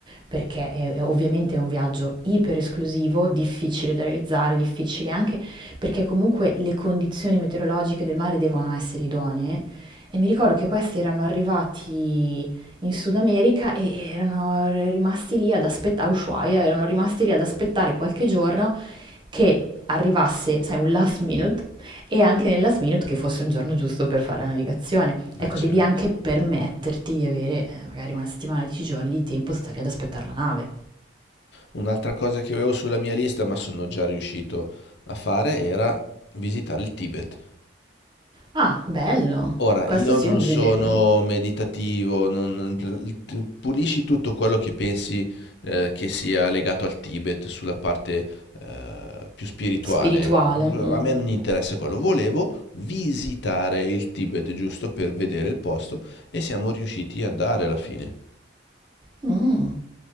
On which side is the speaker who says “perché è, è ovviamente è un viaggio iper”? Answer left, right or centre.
Right